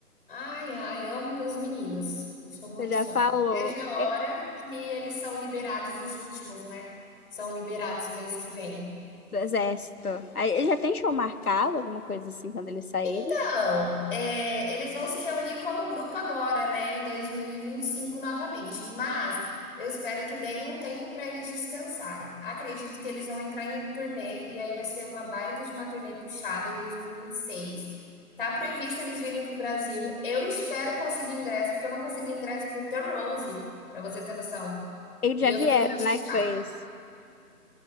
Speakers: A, on the left (about 35°); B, on the left (about 65°).
A: Ai, ai, amo meus meninos. Sou muito
B: você já
A: fã.
B: falou.
A: Não vejo a
B: É,
A: hora que eles são liberados, os últimos, né? São liberados mês que vem.
B: do exército. Aí, ele já tem show marcado, alguma coisa assim, quando ele sair?
A: Então, é, eles vão se reunir como grupo agora, né, em 2025 novamente, mas eu espero que deem um tempo para eles descansarem. Acredito que eles vão entrar em turnê e aí vai ser uma baita de uma turnê puxada em 2026. Tá previsto eles virem pro Brasil. Eu espero conseguir ingresso, porque eu não consegui ingresso pro o The Rose, para você ter noção.
B: Eles
A: E
B: já
A: eu
B: vieram,
A: fiquei muito
B: né?
A: chateada.
B: Que foi esse.